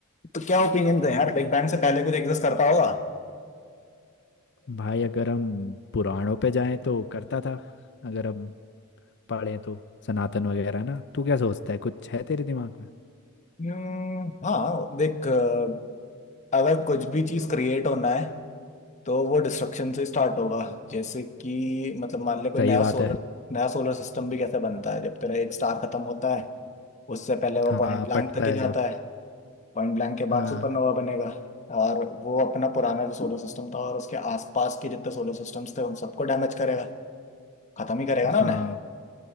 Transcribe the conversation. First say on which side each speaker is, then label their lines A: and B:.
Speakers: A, on the left (about 35°); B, on the left (about 55°).
A: तो क्या ओपिनियन है यार बिग बैंग से पहले कुछ एग्जिस्ट करता होगा
B: भाई अगर हम पुराणों पे जाएं तो करता था अगर हम पढ़ें तो सनातन वगैरह ना तू क्या सोचता है कुछ है तेरे दिमाग में
A: हम्म, हाँ देख अ, अगर कुछ भी चीज क्रिएट होना है तो वो डिस्ट्रक्शन से स्टार्ट होगा जैसे कि मतलब मान ले कोई
B: सही
A: नया
B: बात
A: सोलर
B: है
A: नया सोलर सिस्टम भी कैसे बनता है जब तेरा एक स्टार खत्म होता है उससे पहले वो
B: हाँ
A: पॉइंट ब्लैंक
B: फटता
A: तक
B: है
A: ही जाता
B: जब
A: है पॉइंट ब्लैंक के
B: हाँ
A: बाद सुपरनोवा बनेगा और वो अपना पुराना जो सोलर सिस्टम था और उसके आसपास के जितने सोलर सिस्टम्स थे उन सबको डैमेज करेगा खत्म ही करेगा ना
B: हाँ
A: उन्हें